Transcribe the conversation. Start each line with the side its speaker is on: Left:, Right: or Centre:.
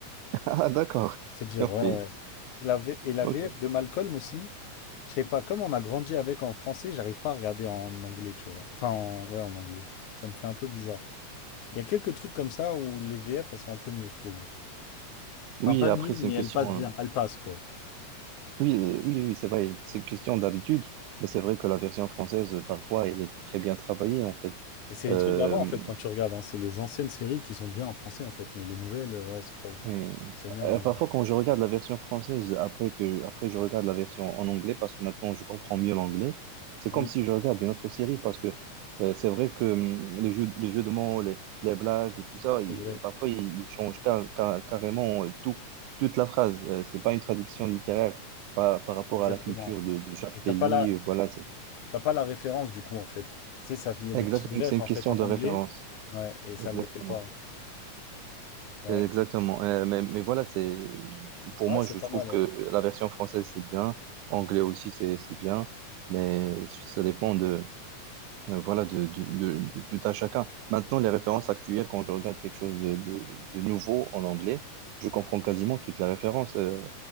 Right: <laughs> Ah, d'accord.
Left: C'est dire,
Right: Ok,
Left: ouais, ouais. La V- Et la
Right: ok.
Left: VF de Malcolm aussi. Je sais pas, comme on a grandi avec en français, j'arrive pas à regarder en anglais, tu vois. Enfin, en- ouais, en anglais. Ça me fait un peu bizarre. Il y a quelques trucs comme ça où les VF, elles sont un peu mieux, je trouve.
Right: Oui,
Left: Enfin, pas
Right: après,
Left: mieux,
Right: c'est
Left: mais
Right: une
Left: elles
Right: question...
Left: passent bien.
Right: euh,
Left: Elles passent, quoi.
Right: Oui, euh, oui, oui, c'est vrai, c'est une question d'habitude, mais c'est vrai que la version française, euh, parfois, elle est très bien travaillée, en fait.
Left: Et c'est les
Right: Euh,
Left: trucs d'avant, en fait, quand tu regardes. hein. C'est les anciennes séries qui sont bien en français, en fait. Mais les nouvelles, euh, ouais, c'est pas ouf.
Right: Oui.
Left: C'est mieux en
Right: Euh,
Left: anglais.
Right: parfois, quand je regarde la version française, après que, après je regarde la version en anglais, parce que maintenant je comprends mieux l'anglais, c'est comme
Left: Oui,
Right: si je regarde une autre série, parce que euh, c'est vrai que hum, les jeux, les jeux de mots, les, les blagues et tout ça, ils-
Left: c'est vrai,
Right: parfois ils, ils changent car- car- carrément euh, tout, toute la phrase. Euh, c'est pas une traduction littéraire par, par rapport
Left: exactement.
Right: à la culture de, de chaque
Left: Et
Right: pays.
Left: t'as pas la,
Right: euh, Voilà, c'est
Left: t'as pas la référence du coup en fait. Tu sais, ça, il y a
Right: exactement,
Left: des petites refs
Right: c'est une
Left: en
Right: question
Left: fait en
Right: de
Left: anglais.
Right: référence.
Left: Ouais, et ça
Right: Exactement.
Left: les fait pas. Ouais,
Right: Exactement. Euh, mais, mais voilà, c'est pour
Left: ouais,
Right: moi,
Left: c'est
Right: je
Left: pas
Right: trouve
Left: mal.
Right: que
Left: ouais.
Right: la version française, c'est bien. Anglais aussi, c'est c'est bien. Mais ça dépend de, euh, voilà, de, de, de, de tout à chacun. Maintenant, les références actuelles, quand je regarde quelque chose de, de, de nouveau en anglais, je comprends quasiment toutes les références. euh,